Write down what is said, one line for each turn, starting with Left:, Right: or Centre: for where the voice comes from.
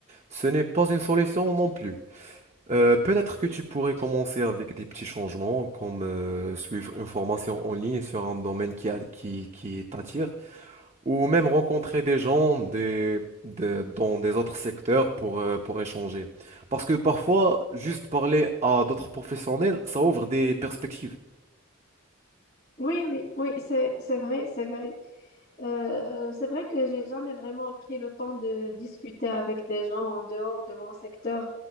Right: Ce n'est pas une solution non plus. Euh, peut-être que tu pourrais commencer avec des petits changements, comme euh, suivre une formation en ligne sur un domaine qui, a- qui, qui t'attire, ou même rencontrer des gens des, des- dans des autres secteurs pour, euh, pour échanger. Parce que parfois, juste parler à d'autres professionnels, ça ouvre des perspectives.
Left: Oui, oui, oui, c'est, c'est vrai, c'est vrai. Euh, c'est vrai que j'ai jamais vraiment pris le temps de discuter avec des gens en dehors de mon secteur